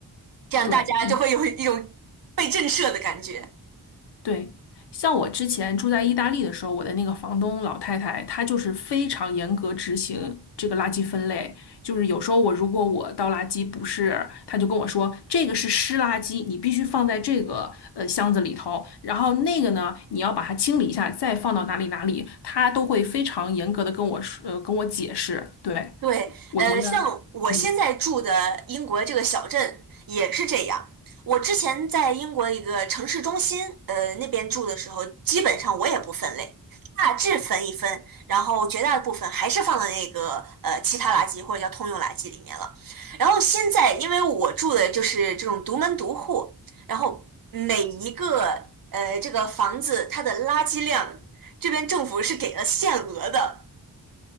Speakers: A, on the right; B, on the left.
A: 这样大家就会有一种被震慑的感觉。
B: 对，一对，像我之前住在意大利的时候，我的那个房东老太太，她就是非常严格执行这个垃圾分类。就是有时候我如果我倒垃圾不是，她就跟我说这个是湿垃圾，你必须放在这个呃箱子里头，然后那个呢，你要把它清理一下，再放到哪里哪里，她都会非常严格的跟我说，呃，跟我解释。对，
A: 对，
B: 我觉得。
A: 呃，像我现在住的英国这个小镇也是这样。
B: 嗯，
A: 我之前在英国一个城市中心，呃，那边住的时候，基本上我也不分类，大致分一分，然后绝大部分还是放到那个呃其他垃圾或者叫通用垃圾里面了。然后现在，因为我住的就是这种独门独户，然后每一个呃这个房子它的垃圾量，这边政府是给了限额的。